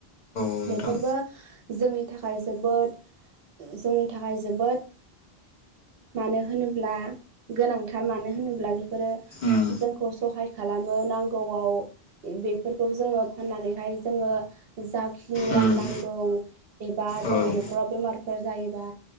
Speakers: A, on the left (about 50°); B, on the right (about 70°).
A: औ
B: बेफोरबो
A: नोंथां
B: जोंनि थाखाय जोबोद जोंनि थाखाय जोबोद मानो होनोब्ला गोनांथार मानो होनोब्ला बेफोरो
A: उम
B: जोंखौ सहाय खालामो नांगौआव बेफोरखौ जोङो फाननानैहाय जोङो जाखिनि
A: उम
B: रां नांगौ एबा
A: औ
B: जोंनि
A: उम
B: न'खराव बेमारफोर जायोबा